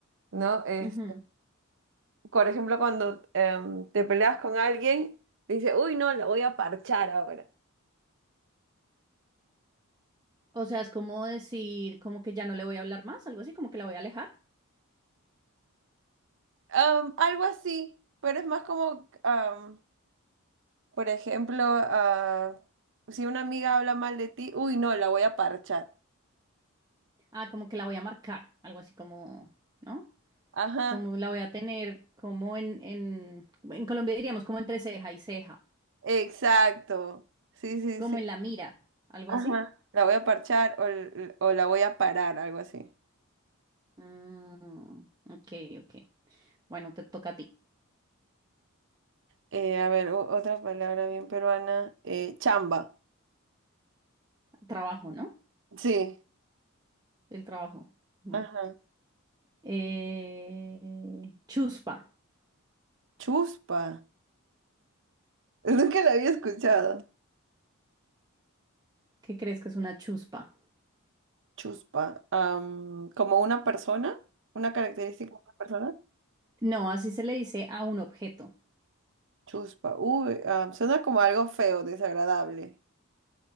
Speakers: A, on the right; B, on the right.
A: ¿no? Es,
B: ujú.
A: por ejemplo, cuando em, te peleas con alguien, dice, uy, no, la voy a parchar ahora.
B: O sea, es como decir, como que ya no le voy a hablar más, algo así, como que la voy a alejar.
A: Am, algo así, pero es más como, am, por ejemplo, ah, si una amiga habla mal de ti, uy, no, la voy a parchar.
B: Ah, como que la voy a marcar, algo así como, ¿no?
A: Ajá.
B: Como la voy a tener, como en, en, en Colombia diríamos, como entre ceja y ceja,
A: Exacto. Sí, sí,
B: como
A: sí.
B: en la mira, algo
A: Ajá.
B: así.
A: La voy a parchar o, l- o la voy a parar, algo así.
B: Mm, ok, ok. Bueno, te toca a ti.
A: Eh, a ver, o- otra palabra bien peruana. eh, chamba.
B: Trabajo, ¿no?
A: Sí.
B: El trabajo. Bien.
A: Ajá.
B: Eh, chuspa.
A: Chuspa. <laughs> Nunca la había escuchado.
B: ¿Qué crees que es una chuspa?
A: Chuspa. Am, como una persona, una característica de una persona.
B: No, así se le dice a un objeto.
A: Chuspa. Uy, am, suena como algo feo, desagradable.